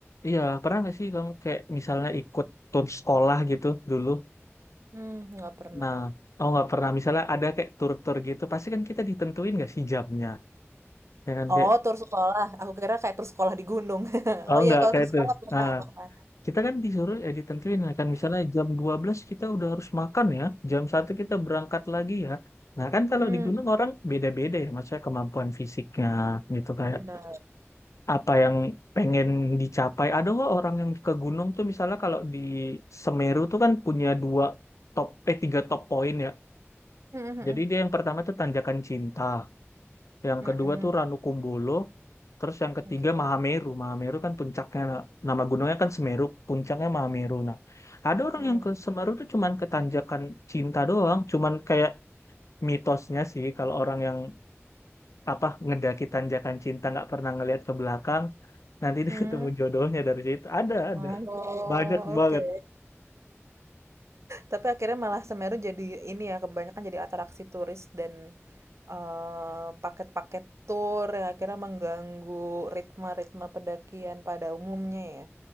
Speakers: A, on the left; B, on the right.
A: Iya, pernah nggak sih kamu kayak misalnya ikut tur sekolah gitu dulu?
B: Mmm, nggak pernah.
A: Nah, oh nggak pernah. Misalnya ada kayak tur-tur gitu, pasti kan kita ditentuin nggak sih jamnya? Ya kan
B: Oh,
A: kayak,
B: tur sekolah. Aku kira kayak tur sekolah di gunung. <laughs>
A: oh
B: Oh iya,
A: nggak
B: kalau
A: kayak
B: tur
A: itu.
B: sekolah pernah,
A: Nah,
B: pernah.
A: kita kan disuruh ya ditentuin ya kan misalnya jam 12 kita udah harus makan ya, jam satu kita berangkat lagi ya. Nah kan kalau
B: Hmm.
A: di gunung orang beda-beda ya, maksudnya kemampuan fisiknya gitu kayak.
B: Benar.
A: apa yang pengen dicapai. Ada kok orang yang ke gunung tuh misalnya kalau di Semeru tuh kan punya dua top, eh tiga top poin ya.
B: Mhm mhm.
A: Jadi dia yang pertama tuh Tanjakan Cinta, yang
B: Mhm.
A: kedua tuh Ranukumbolo, terus yang ketiga
B: Oke.
A: Mahameru. Mahameru kan puncaknya, nah, nama gunungnya kan Semeru, puncaknya Mahameru. Nah, ada orang
B: Hmm.
A: yang ke Semeru tuh cuman ke Tanjakan Cinta doang, cuman kayak mitosnya sih kalau orang yang apa ngedaki tanjakan cinta nggak pernah ngelihat ke belakang nanti <laughs> dia
B: Hmm.
A: ketemu jodohnya dari situ ada ada
B: Oh,
A: banyak
B: oke.
A: banget
B: Tapi akhirnya malah Semeru jadi ini ya, kebanyakan jadi atraksi turis dan eh, paket-paket tur yang akhirnya mengganggu ritme-ritme pendakian pada umumnya ya.